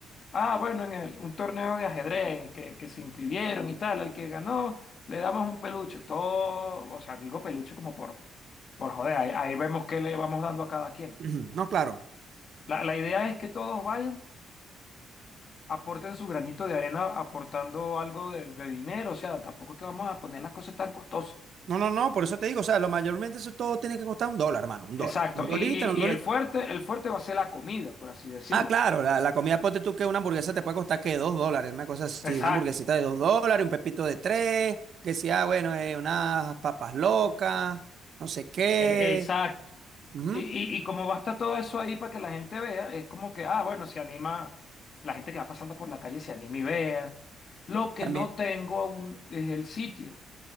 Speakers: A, on the left; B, on the right.
A: Ah, bueno, en el, un torneo de ajedrez que, que se inscribieron y tal, al que ganó le damos un peluche, todo, o sea, digo peluche como por, por joder, ahí, ahí vemos qué le vamos dando a cada quien.
B: Ujú, No, claro.
A: La, la idea es que todos vayan, aporten su granito de arena aportando algo de, de dinero, o sea, tampoco es que vamos a poner las cosas tan costosas.
B: No, no, no, por eso te digo, o sea, lo mayormente eso todo tiene que costar un dólar, hermano, un
A: Exacto,
B: dólar. Un dolita,
A: y, y,
B: un dólar.
A: y el fuerte, el fuerte va a ser la comida, por así decirlo.
B: Ah, claro, la, la comida, ponte tú que una hamburguesa te puede costar que dos dólares, una cosa así,
A: Exacto,
B: una hamburguesita de dos dólares, un pepito de tres, que si, ah, bueno, eh, unas papas locas, no sé qué.
A: e- exacto.
B: Ujú.
A: Y, y, y como va a estar todo eso ahí para que la gente vea, es como que, ah, bueno, se anima, la gente que va pasando por la calle se anima y vea. Lo que
B: También,
A: no tengo aún es el sitio.